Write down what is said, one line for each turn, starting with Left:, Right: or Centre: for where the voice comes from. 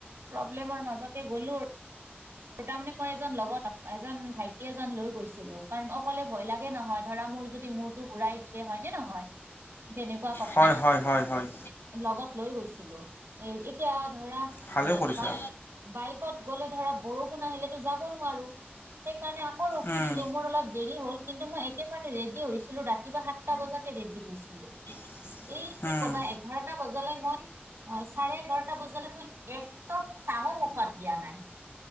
Right: প্ৰব্লেমৰ মাজতে গ'লো আৰু তাৰ মানে মই এজন লগত এজন ভাইটি এজন লৈ গৈছিলো কাৰণ অকলে ভয় লাগে নহয় ধৰা মোৰ যদি মোৰ ঘুৰাই দিয়ে হয় নে নহয় তেনেকুৱা কথা
Left: হয় হয় হয় হয়
Right: লগত লৈ গৈছিলো এ এতিয়া ধৰা
Left: ভালে কৰিছা
Right: বাৰ বাইকত গ'লে ধৰা বৰষুণ আহিলেতো যাব নোৱাৰো সেইকাৰণে আকৌ ৰখি
Left: উম
Right: দিলো মোৰ অলপ দেৰি হ'ল কিন্তু মই একেবাৰে ৰেডি হৈছিলো ৰাতিপুৱা সাতটা বজাতে ৰেডি হৈছিলো
Left: হৈছিলোঁ
Right: এই কি
Left: উম
Right: কবা এঘাৰটা বজালে মই অ চাৰে এঘাৰটা বজালে মই একদম চাঙৰ মুখত দিয়া নাই